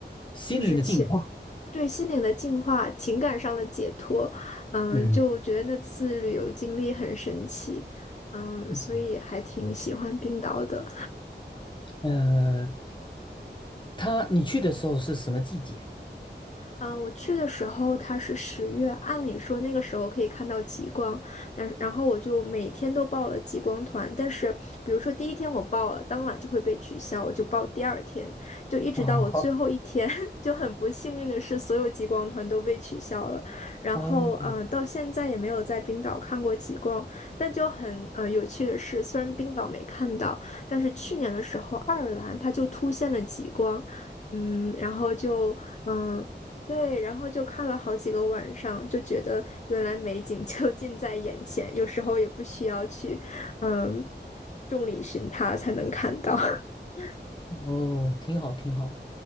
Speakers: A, on the left; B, on the left.
A: 心灵的净化。
B: 就是情，对心灵的净化、情感上的解脱，嗯，
A: 嗯，
B: 就觉得那次旅游经历很神奇，嗯，
A: 嗯，
B: 所以还挺喜欢冰岛的。
A: 呃，他你去的时候是什么季节？
B: 嗯，我去的时候它是十月，按理说那个时候可以看到极光，但是然后我就每天都报了极光团，但是比如说第一天我报了，当晚就会被取消，我就报第二天，就一直到我最后一天，
A: 哦
B: <laughs> 就很不幸运的是所有极光团都被取消了，然后嗯，
A: 哦，
B: 呃到现在也没有在冰岛看过极光，但就很呃有趣的是，虽然冰岛没看到，但是去年的时候爱尔兰它就突现了极光。嗯，然后就嗯，对，然后就看了好几个晚上，就觉得原来美景就 <laughs> 近在眼前，有时候也不需要去，嗯，众里寻他才能看到。<laughs>
A: 哦，挺好，挺好。